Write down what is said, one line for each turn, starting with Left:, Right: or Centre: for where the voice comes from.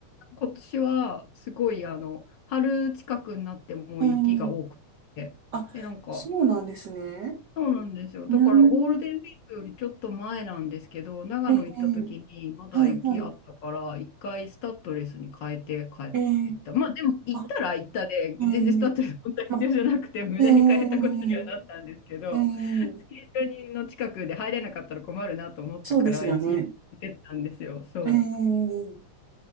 Left: 今年はすごいあの、春近くになってもう雪が多くて。
Right: ええあ、
Left: で、なんか、
Right: そうなんですね。
Left: そうなんですよ。
Right: うーん、
Left: だからゴールデンウィークよりちょっと前なんですけど、長野行った時にまだ雪あったから、
Right: ええはい、はい。
Left: 一回スタッドレスに変えて帰っ行った。
Right: ええ
Left: まあでも行ったら行ったで、
Right: あ、
Left: 全然スタッドレス本当は必要じゃなくて無駄に変えたことにはなったんですけど、
Right: ええま、ええええ
Left: スキー場の近くで入れなかったら困るなと思ったから一応行ってたんですよ。
Right: そうですよね。
Left: そう。
Right: ええ